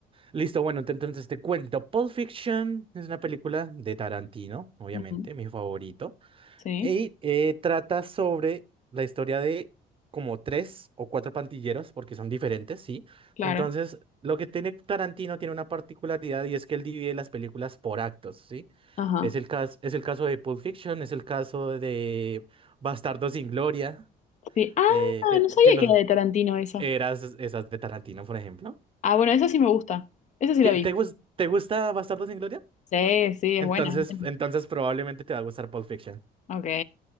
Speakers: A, on the right (about 30°); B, on the left (about 45°).
A: Listo, bueno, te- entonces te cuento. Pulp Fiction es una película de Tarantino, obviamente,
B: Ujú.
A: mi favorito.
B: Sí,
A: Y eh, trata sobre la historia de como tres o cuatro pandilleros, porque son diferentes, ¿sí?
B: claro.
A: Entonces, lo que tiene Tarantino tiene una particularidad y es que él divide las películas por actos, ¿sí?
B: Ajá.
A: Es el caso, es el caso de Pulp Fiction, es el caso de Bastardos sin Gloria,
B: Sí. Ah,
A: eh, que,
B: no sabía
A: que no
B: que era de Tarantino esa.
A: eras esas de Tarantino, por ejemplo.
B: Ah, bueno, esa sí me gusta. Esa sí
A: ¿Qué-
B: la vi.
A: te, gus- ¿Te gusta Bastardos sin Gloria?
B: Sí, sí, es
A: Entonces,
B: buena, es buena.
A: entonces probablemente te va a gustar Pulp Fiction.
B: Ok,